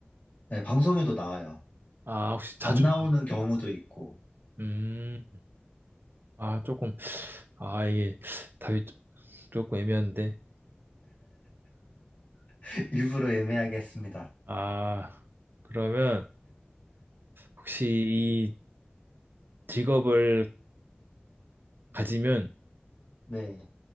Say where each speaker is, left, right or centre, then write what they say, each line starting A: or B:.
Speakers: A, on the left; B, on the right.
A: 네, 방송에도 나와요.
B: 아, 혹시 자주
A: 안 나오는
B: 나-
A: 경우도 있고,
B: 음. 아, 조금 아, 이게 답이 조- 조금 애매한데.
A: <laughs> 일부러 애매하게 했습니다.
B: 아, 그러면 혹시 직업을 가지면
A: 네.